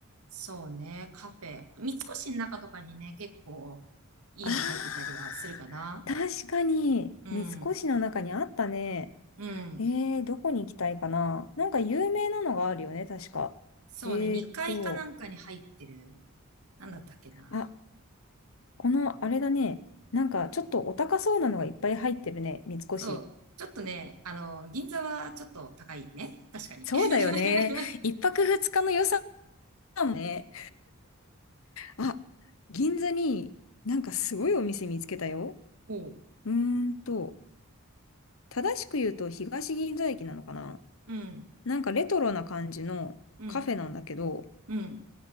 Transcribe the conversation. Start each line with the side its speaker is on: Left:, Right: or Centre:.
Right: そうね、カフェ。三越の中とかにね、結構いいの入ってたりはするかな。
Left: あー、確かに、
Right: うん、
Left: 三越の中にあったね。
Right: うん。
Left: えー、どこに行きたいかな。なんか有名なのがあるよね、確か。
Right: そうね、
Left: えーっと、
Right: 2階かなんかに入ってる。なんだったっけな。
Left: あ、このあれだね。なんかちょっとお高そうなのがいっぱい入ってるね、三越。
Right: そう。ちょっとね、あの、銀座はちょっと高いね。確かに。
Left: そうだよね。
Right: <laughs>
Left: 一泊二日の予算もね。あ、銀座になんかすごいお店見つけたよ。
Right: おう。
Left: うーんと、正しく言うと東銀座駅なのかな
Right: うん、
Left: なんかレトロな感じのカフェなんだけど、
Right: うん、うん、